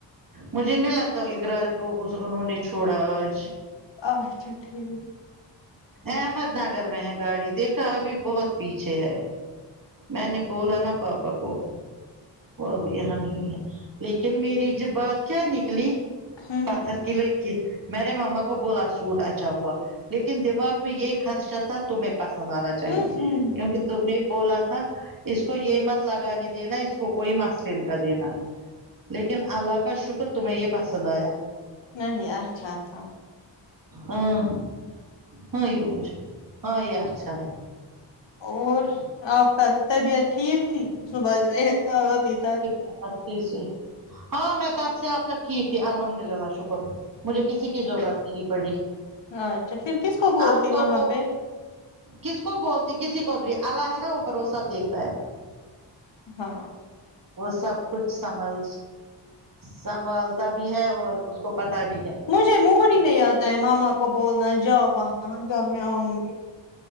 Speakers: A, on the right (about 45°); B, on the left (about 75°).
A: مجھے نہیں لگتا اخرارا کو انہوں نے چھوڑا اج
B: اچھا ٹھیک
A: احمد نگر میں ہے گاڑی دیکھا ابھی بہت پیچھے ہے میں نے بولا نا پاپا کو وہ بھی یہا نہیں ہے لیکن میری جب بات کیا نکلی
B: ہوں
A: پتھر کی لخر میںنے ماما کو بولا سوٹ اچھا ہوا لیکن دماغ میں یہ خدشہ تھا تمہیں پسند آنا چاہیے
B: ہوں ہوں
A: کیونکہ تم نے بولا تھا اس کو یہ مت لگانے دینا اس کو کوئی مسلین کا دینا لیکن اللہ کا شکر تمہیں یہ پسند آیا
B: نہیں اچھا تھا
A: ہاں ہاں یہ ہیں یہ اچھا ہے
B: اور آپ کا طبیعت ٹھیک تھی صبح سے ابی تک
A: اھی سے ہاں میں تب سے اب تک ٹھیک تھی الحمد للہ شکر مجھے کسی کی ضرورت نہیں پڑی
B: اچھا پھر کس کو بولتی
A: آپ
B: وہاں
A: تو وہ
B: پہ
A: کس کو بولتی کسی کو بھی اللہ ہے نا اوپر وہ سب دیکھتا ہے
B: ہاں
A: وہ سب کچھ سمل سنبھالتا بھی ہے اور اس کو پتاہ بھی ہے
B: مجھے موری نہیں آتا ہے ماما کو بولنا جاؤ وہاں جب میں آؤں گی